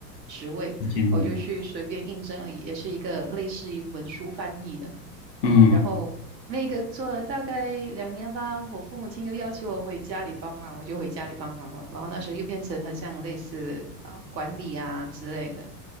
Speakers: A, on the right; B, on the left.
A: 职位，
B: 时间的，
A: 我就去随便应征了，也是一个类似于文书翻译的。
B: 嗯
A: 然后那个做了大概两年吧，我父母亲又要求我回家里帮忙，我就回家里帮忙了。然后那时候又变成很像类似啊管理啊之类的。